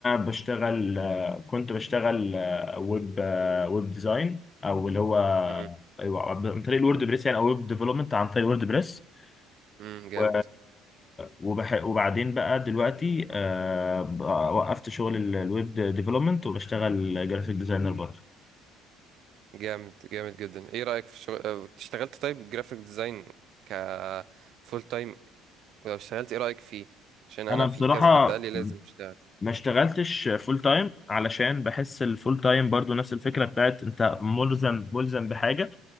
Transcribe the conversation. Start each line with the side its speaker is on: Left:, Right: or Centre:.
Left: بشتغل آه، كنت بشتغل آه، ويب آه، ويب ديزاين او اللي هو
Right: امم
Left: أيوة، عن طريق الورد بريس يعني او ويب ديفلوبمنت عن طريق الورد بريس
Right: امم جامد
Left: و... وبح... وبعدين بقى دلوقتي آه، بقى وقفت شغل ال- الويب ديفلوبمنت وبشتغل جرافيك ديزاينر برضه
Right: جامد جامد جدا ايه رأيك في الشغل اه، اشتغلت طيب جرافيك ديزاين ك فول تايم ولو اشتغلت ايه رأيك فيه عشان انا
Left: انا
Right: في
Left: بصراحه
Right: كذا حد قال لي لازم اشتغل
Left: ما اشتغلتش فول تايم علشان بحس الفول تايم برضو نفس الفكره بتاعت انت ملزم ملزم بحاجه